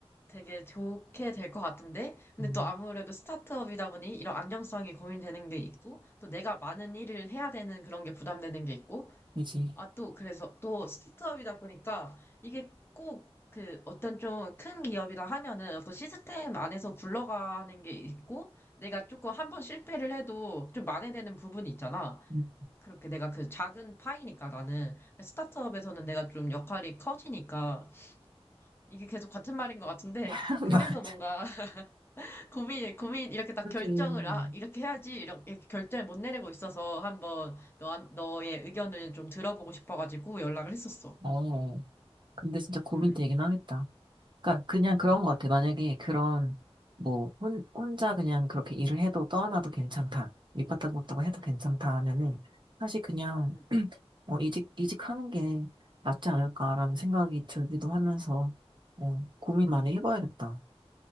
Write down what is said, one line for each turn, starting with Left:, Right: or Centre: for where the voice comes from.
Left: 되게 좋게 될 것 같은데? 근데
Right: 음,
Left: 또 아무래도 스타트업이다 보니 이런 안정성이 고민되는 게 있고, 또 내가 많은 일을 해야 되는 그런 게 부담되는 게 있고,
Right: 그지.
Left: 아, 또, 그래서, 또, 스타트업이다 보니까, 이게 꼭, 그, 어떤 좀 큰 기업이라 하면은, 어떤 시스템 안에서 굴러가는 게 있고, 내가 조금 한번 실패를 해도 좀 만회되는 부분이 있잖아.
Right: 음.
Left: 그렇게 내가 그 작은 파이니까 나는. 스타트업에서는 내가 좀 역할이 커지니까, 이게 계속 같은 말인 것 같은데,
Right: <laughs>
Left: 그래서
Right: 맞아.
Left: 뭔가, <laughs> 고민, 고민, 이렇게 딱
Right: 그지.
Left: 결정을, 아, 이렇게 해야지, 이렇게 결정을 못 내리고 있어서, 한번, 너, 너의 의견을 좀 들어보고 싶어가지고 연락을 했었어.
Right: 어, 근데 진짜 고민되긴
Left: 응,
Right: 하겠다. 그러니까 그냥
Left: 응,
Right: 그런 것 같아. 만약에 그런 뭐 혼, 혼자 그냥 그렇게 일을 해도 떠나도 괜찮다. 밑바닥 못하고 해도
Left: 응,
Right: 괜찮다 하면은 사실 그냥
Left: 응,
Right: 어, 이직 이직하는 게 낫지 않을까라는 생각이 들기도 하면서 어, 고민
Left: 응.
Right: 많이 해봐야겠다.